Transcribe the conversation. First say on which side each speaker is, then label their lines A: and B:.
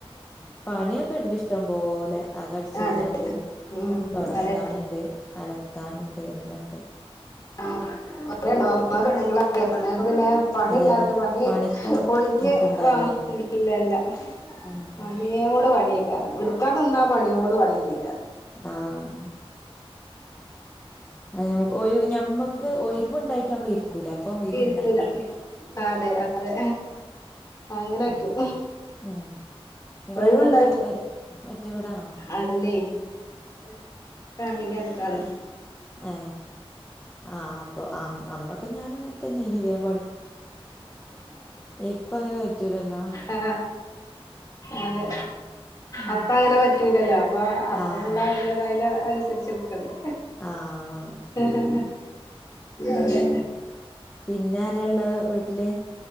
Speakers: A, on the left; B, on the left.
A: പണിയൊക്കെ ഇണ്ട് ഇഷ്ടം പോലെ അകമടിച്ചു
B: അതെ
A: വാരാനുണ്ട്
B: ഉം
A: തുടയ്ക്കാനുണ്ട്
B: അതെ
A: അലക്കാനുണ്ട് എല്ലാമുണ്ട്
B: കുറെ ഉണ്ടോ നമ്മള് പെണ്ണുങ്ങള് അല്ലാതെ പിന്നെ പണി
A: അതന്നെ
B: ഇല്ലാത്ത പണി
A: പണിക്ക്
B: ഒഴിഞ്ഞ്
A: മുട്ടുണ്ടാവില്ലല്ലോ
B: ആ ഇല്ലല്ല
A: ഉം
B: പണിയോടുപണി എടുക്കാൻ നിന്നാ പണിയോട് പണിയരിക്ക
A: ആഹ് അ ഒ ഞമ്മുക്ക് ഒഴിവ് ഉണ്ടായിട്ട് നമ്മൾ ഇരിക്കൂല അപ്പൊ ഒഴിവുണ്ടാക്കിയിരിക്ക
B: ഇരിക്കൂല ആ അതെ അതെ അങ്ങനെ പറ്റും
A: ഉം ഉം നിങ്ങളെങ്ങനെ
B: ഒഴിവുണ്ടായിട്ട്
A: ഒറ്റ ഒ- ഒറ്റ വീടാണോ
B: അല്ലേ അത് ഫാമിലി അടുത്താണ്
A: ഏ ആ അപ്പൊ അന്നൊക്കെ ഞാനും ഇങ്ങനെ തന്നെ ഇനി വ ഇപ്പ അങ്ങനെ പറ്റൂലല്ലോ
B: ആ അതെ
A: ഉം
B: അപ്പ അങ്ങനെ പറ്റൂലല്ലോ അപ്പ അപ്പ
A: ആഹ്
B: നമ്മള് അതിന്റെതായുള്ള അനുസരിച്ച് നിൽക്കണ്ടെ
A: ആഹ് വേണം
B: അതെ അതെ
A: പിന്നെ ആരെയുള്ള വീട്ടില്